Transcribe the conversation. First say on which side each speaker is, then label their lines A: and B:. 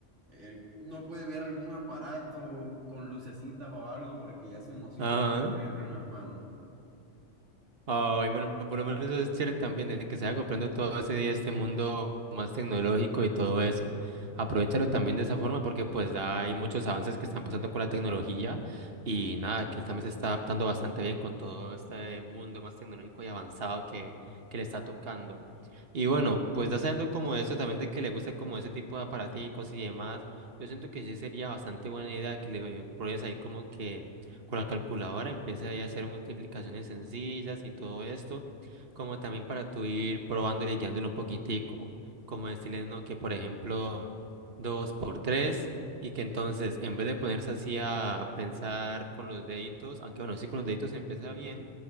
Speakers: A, on the right (about 70°); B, on the right (about 55°).
A: él no puede ver algún aparato con lucecitas o algo porque ya se emociona
B: Ajá.
A: y quiere tenerlo en las manos.
B: Ay, bueno, por lo menos eso es chévere también, de que se vaya comprando todo ese día este mundo más tecnológico y todo eso. Aprovechalo también de esa forma porque pues hay muchos avances que están pasando con la tecnología y nada, que él también se está adaptando bastante bien con todo este mundo más tecnológico y avanzado que, que le está tocando. Y bueno, pues ya sabiendo como eso también de que le gusta como ese tipo de aparaticos y demás, yo siento que sí sería bastante buena idea que le pruebes ahí como que con la calculadora, empieza ahí a hacer multiplicaciones sencillas y todo esto, como también para tú ir probándole y guiándole un poquitico, como decirle, no, que por ejemplo, 2 por 3 y que entonces, en vez de ponerse así a pensar con los deditos, aunque bueno, sí con los deditos se empieza bien,